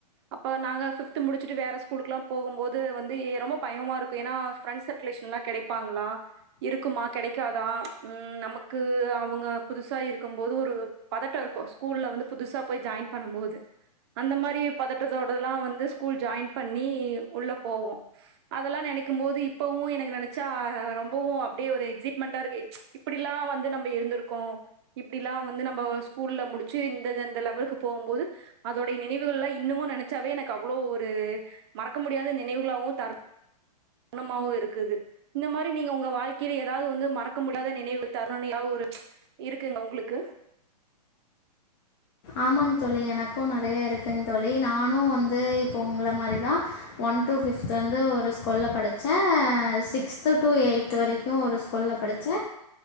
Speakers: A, on the right; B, on the left.
A: அப்ப நாங்க பிப்த் முடிச்சுட்டு வேற ஸ்கூலுக்குல்லா போகும்போது வந்து ரொம்ப பயமா இருக்கு ஏன்னா ப்ரண்ட்ஸ் சர்க் கிலேஸ் நல்லா கெடைப்பாங்ளா இருக்குமா கெடைக்காதா ம் நமக்கு அவுங்க புதுசா இருக்கும் போது ஒரு பதட்டோ இருக்கு ஸ்கூல்ல வந்து புதுசா போய் ஜாயின் பண்ணும் போது அந்த மாரி பதட்டத்தோடல்லா வந்து ஸ்கூல் ஜாயின் பண்ணி உள்ள போவோ அதெல்லா நெனைக்கும் போது இப்பவு எனக்கு நெனச்சா ரொம்பவு அப்டியே ஒரு எக்சைட்மெண்டா இருக்கு எப்புடிலா வந்து நம்ம இருந்துருக்கோ இப்டிலா வந்து நம்ம ஸ்கூல்ல முடிச்சு இந்தெந்த லெவலுக்கு போகும்போது அது அதோடைய நினைவுகள்லா இன்னமு நெனச்சாவே எனக்கு அவ்ளோ ஒரு மறக்க முடியாத நினைவுகளாவு தர தருனமாவு இருக்குது இந்த மாரி நீங்க உங்க வாழ்க்கையில ஏதாவது வந்து மறக்க முடியாத நினைவு தரனுனு ஏதாவது ஒரு இருக்குங்க உங்ளுக்கு
B: ஆமாங் தோழி எனக்கு நெறைய இருக்குங் தோழி நானு வந்து இப்போ உங்ள மாரி தா ஒன் டூ ஃபிப்த்து வந்து ஒரு ஸ்கூல்ல படிச்ச சிக்ஸ்து டு எயி்த் வரைக்கு ஒரு கொள்ள படிச்சே